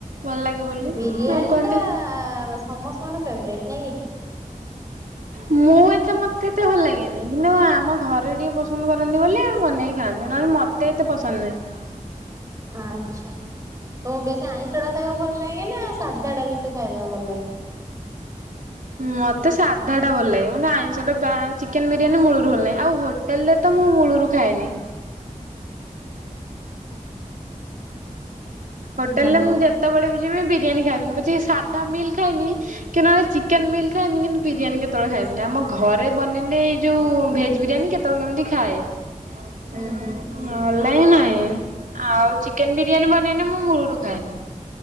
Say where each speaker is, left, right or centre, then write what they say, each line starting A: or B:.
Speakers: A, on the right; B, on the right.
A: ଭଲ ଲାଗେ ବୋଲି
B: ବିରିୟାନୀ
A: ହଁ କୁହନ୍ତି।
B: ଟା ସମସ୍ତଙ୍କର ଫେବରଟ୍ ନାଇଁ କି?
A: ମୁଁ ଏତେ ମତେ ଏତେ ଭଲ ଲାଗେନି କିନ୍ତୁ ଆମ ଘରେ ଟିକେ ପସନ୍ଦ କରନ୍ତି ବୋଲି ଆଉ ବନେଇକି ଖାନ୍ତି ନହେଲେ ମ ତେ ଏତେ ପସନ୍ଦ ନାହିଁ।
B: ଆଚ୍ଛା ତମକୁ ବେଶୀ ଆଇଁଷ ଟା ଖାଇବାକୁ ଭଲ ଲାଗେ ନା ସାଧା ଟା ବେଶୀ ଖାଇବା ପାଇଁ ଭଲ ଲାଗେ
A: ମତେ ସାଧା ଟା ଭଲ ଲାଗେ ମାନେ ଆଇଁଷ ଟା ଚିକେନ ବିରିୟାନୀ ମୂଳରୁ ଭଲ ନାହିଁ ଆଉ ହୋ ଟେଲରେ ତ ମୁଁ ମୂଳରୁ ଖାଏନି। ହୋଟେଲ
B: ଭଲ
A: ରେ ମୁଁ
B: ଆଉ
A: ଯେତେବେଳେ ବି ଯିବି ବିରିୟାନୀ ଖାଇବମିନି ପଛେ ସାଧା ମିଲ୍ ଖାଇମି। କିନ୍ତ ଚିକେନ ମିଲ୍ ଖାଇମି କିନ୍ତୁ ବିରିୟାନୀ କେତେବେଳେ ଖାଇବି ଆମ ଘରେ ବନେଇଲେ ଏଇ ଯୋଉ ଭେଜ୍ ବିରିୟାନୀ କେତେ ବେଳେ କେମିତି ଖାଏ।
B: ହୁଁ
A: ଉଁ
B: ହୁଁ
A: ନହେଲେ ନାହିଁ ଆଉ ଚିକେନ ବିରିୟାନୀ ବନେଇନି ମୁଁ ମୂଳରୁ ଖାଏନି।